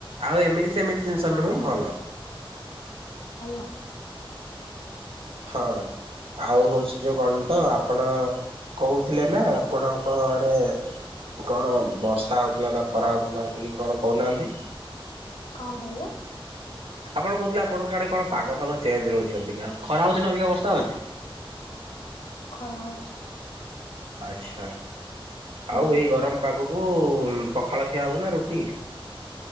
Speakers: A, on the right; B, on the left.
A: ଆଉ ଏମିତି ସେମିତି ଜିନିଷ ନୁହେଁ ଭଲ।
B: ହଁ ଭଲା।
A: ହଁ ଆଉ ହଉଛି ଯ କଣ ତ ଆପଣ କହୁଥିଲେ ନା ଆପଣଙ୍କ ଆଡ଼େ କଣ ବର୍ଷା ହଉଥିଲା ନା ଖରା ହଉଥିଲା ଟିକେ କଣ କହୁନାହାନ୍ତି।
B: କଣ କହିଲେ?
A: ଆପଣ କହୁଥିଲେ ଆପଙ୍କ ଆଡେ କଣ ପାଗ ଫାଗ ଚେଞ୍ଜ ରହୁଛି ଅବିକା ଖରା ହଉଛିି ନା ଅବିକା ବର୍ଷା ହଉଛି?
B: ଖରା ହଉଛି।
A: ଆଚ୍ଛା
B: ହୁଁ
A: ଆଉ ଏଇ ଗରମ ପାଗକୁ ପଖାଳ ଖିଆ ହବନା ରୁଟି?